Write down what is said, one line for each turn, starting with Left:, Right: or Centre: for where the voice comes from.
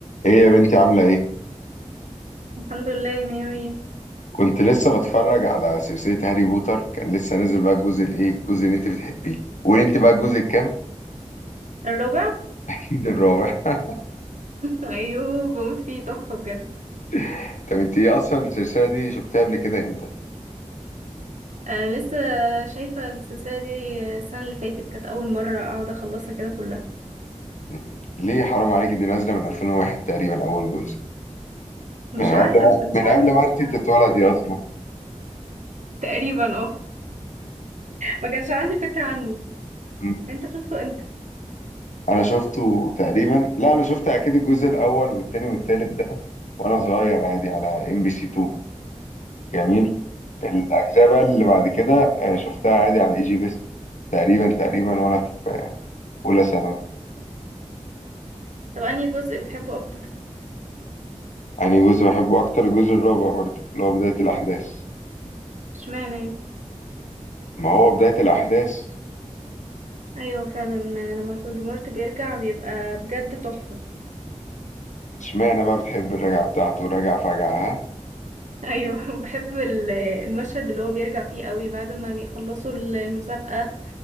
Left: ايه يا بنتي عاملة ايه؟
Right: الحمد لله مية مية
Left: كنت لسه بتفرج على سلسلة هاري بوتر كان لسه نازل بقى الجزء الايه؟ الجزء اللي انت بتحبيه قولي انت بقى الجزء الكام؟
Right: الرابع <laughs>
Left: <laughs> اكيد الرابع
Right: ايوه بموت فيه تحفه بجد
Left: <laughs> طب انت ايه اصلا السلسلة دي شفتها قبل كده امتى؟
Right: انا لسه شايفه السلسله دي السنه اللي فاتت كانت اول مره اقعد اخلصها كده كلها
Left: <laughs> ليه حرام عليكي دي نازلة من 2001 تقريبا اول جزء
Right: مش
Left: يعني
Right: عارفه
Left: قبل ما
Right: ما كانش
Left: من
Right: عندي
Left: قبل
Right: فكره
Left: ما انت
Right: عنه
Left: تتولدي اصلا
Right: تقريبا اه ما كانش عندي فكره عنه
Left: م.
Right: انت شفته امتى
Left: انا شفته تقريبا لا انا شفت اكيد الجزء الاول والتاني والتالت ده وانا صغير عادي على ام بي سي 2 جميل
Right: مم.
Left: الأجزاء بقى اللي بعد كده آه، شفتها عادي على اي جي بيست تقريبا تقريبا وأنا في آه، أولى ثانوي
Right: طب انهي جزء بتحبه اكتر
Left: يعني جزء بحبه أكتر الجزء الرابع برضه اللي هو بداية الأحداث
Right: اشمعنى يعني
Left: ما هو بداية الأحداث
Right: ايوه فعلا لما فولدمورت بيرجع بيبقى بجد تحفه
Left: اشمعنى بقى بتحب الرجعة بتاعته راجع فجعة ها
Right: ايوه <laughs> بحب ال- المشهد اللي هو بيرجع فيه قوي بعد ما بيخلصوا المسابقه